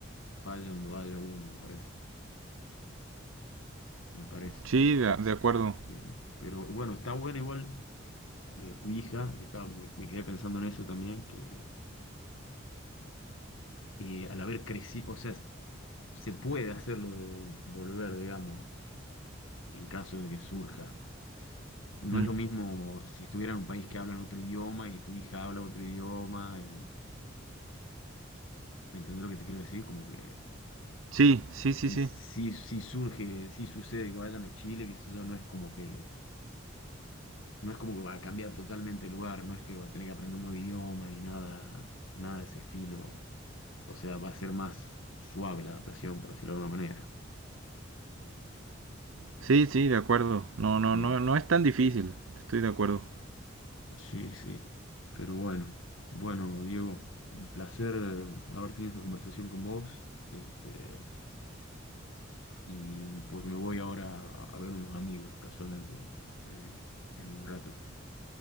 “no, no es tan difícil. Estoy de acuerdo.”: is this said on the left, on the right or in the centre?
Right